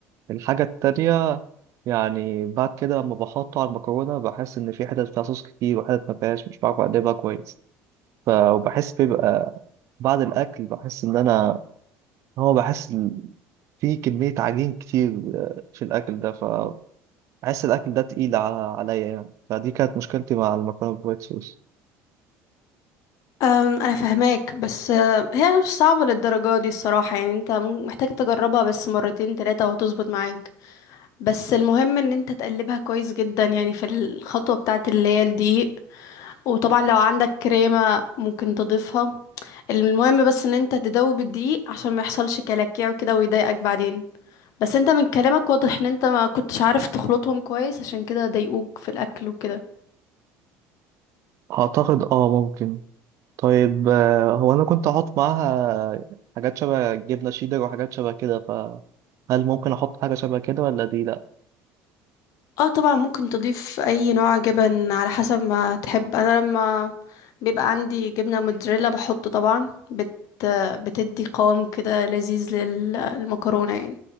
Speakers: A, on the right; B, on the left.
A: الحاجة التانية يعني بعد كده لما بحطه على المكرونة بحس إن في حتت فيها صوص كتير وحتت ما فيهاش مش بعرف أقلبها كويس ف... وبحس بيبقى بعد الأكل بحس إن أنا هو بحس إن في كمية عجين كتير آه، في الأكل ده فبحس الأكل ده تقيل على عليا يعني فدي كانت مشكلتي مع المكرونة بالوايت صوص
B: أم، انا فهماك بس أه، هي مش صعبة للدرجة دي الصراحة يعني انت مم- محتاج تجربها بس مرتين تلاتة وهتظبط معاك بس المهم ان انت تقلبها كويس جدا يعني في الخطوة بتاعة اللي هي الدقيق وطبعا لو عندك كريمة ممكن تضيفها المهم بس ان انت تدوب الدقيق عشان ما يحصلش كلاكيع وكده ويضايقك بعدين بس انت من كلامك واضح ان انت ما كنتش عارف تخلطهم كويس عشان كده ضايقوك في الاكل وكده
A: أعتقد آه ممكن طيب آه، هو أنا كنت أحط معاها حاجات شبه جبنة شيدر وحاجات شبه كده فهل ممكن أحط حاجة شبه كده ولا دي لأ؟
B: اه طبعا ممكن تضيف اي نوع جبن على حسب ما تحب انا لما بيبقى عندي جبنة موتزاريلا بحط طبعا بت بتدي قوام كده لذيذ للمكرونة يعني